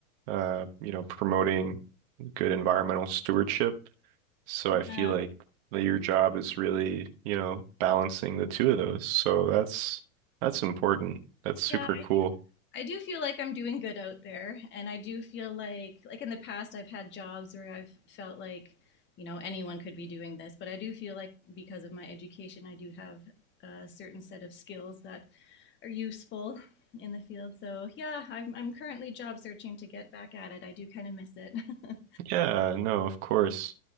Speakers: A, on the right (about 45°); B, on the left (about 25°).
A: uh, you know, promoting good environmental stewardship. So
B: Yeah.
A: I feel like that your job is really, you know, balancing the two of those. So that's that's important. That's super
B: Yeah, I
A: cool.
B: do. I do feel like I'm doing good out there, and I do feel like like in the past I've had jobs where I've felt like, you know, anyone could be doing this, but I do feel like because of my education, I do have a certain set of skills that are useful in the field. So, yeah, I'm I'm currently job searching to get back at it. I do kind of miss it. <laughs>
A: Yeah, no, of course.